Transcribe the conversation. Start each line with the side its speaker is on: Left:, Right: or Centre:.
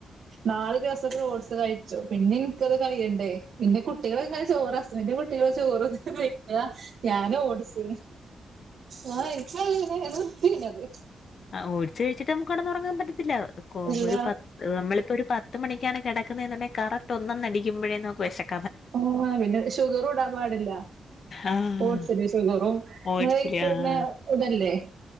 Right: നാല് ദിവസൊക്കെ ഓഡ്സ് കഴിച്ചു പിന്നെ ഇൻക്കത് കയ്യണ്ടേ പിന്നെ കുട്ടികള് ഇങ്ങനെ ചോറ് ഹസ്ബൻഡ് കുട്ടികളും ചോറ്ങ്ങനെ കയ്ക്കാ ഞാനോഡ്സ് ഞാ ഇൻക്കഹ് ങ്ങനെ ഞാ നിർത്തി പിന്നത്
Left: ആ ഓഡ്സ് കഴിച്ചിട്ട് നമുക്ക് കടന്നുറങ്ങാൻ പറ്റത്തില്ല
Right: ഇല്ല
Left: ഒരു പത്ത് നമ്മളിപ്പൊരു പത്തു മണിക്കാണ് കെടക്ക്ന്നേന്ന്ണ്ടേ കറക്റ്റ് ഒരു മണിയടിക്കുമ്പഴേ നമുക്ക് വിശക്കും
Right: ആഹ് പിന്നെ ഷുഗറുടാൻ പാടില്ല
Left: ആഹ്
Right: ഓട്സില് ഷുഗറും അങ്ങനെ
Left: ഓട്സില്
Right: കഴിക്ക്ന്നെ
Left: ആഹ്
Right: ഇതല്ലേ